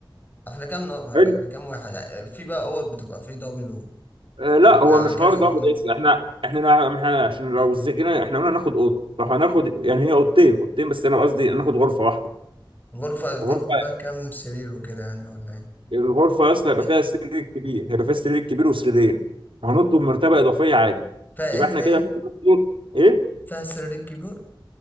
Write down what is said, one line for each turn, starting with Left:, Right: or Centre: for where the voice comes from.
Left: احنا كام نفر
Right: حلو
Left: احنا كام واحد في بقى اوض بتبقى فيه دبل
Right: آه لا
Left: ده
Right: هو مش حوار
Left: كذا
Right: دبل
Left: أوضة
Right: يس احنا احنا نع- احنا عشان لو زجنا احنا قلنا ناخد اوضه لو هناخد يعني هي اوضتين اوضتين بس انا قصدي ناخد غرفه واحده
Left: الغرفة الغرفة
Right: غرفه
Left: فيها كام سرير وكده يعني ولا إيه؟
Right: الغرفه يا اسطى
Left: ده
Right: هيبقى
Left: بت-
Right: فيها سرير كبير هيبقى فيها سرير كبير وسريرين وهنطلب مرتبه اضافيه عادي
Left: فيها
Right: يبقى
Left: إيه فيها
Right: احنا كده
Left: إيه؟
Right: ممكن نطلب- ايه
Left: فيها سريرين كبير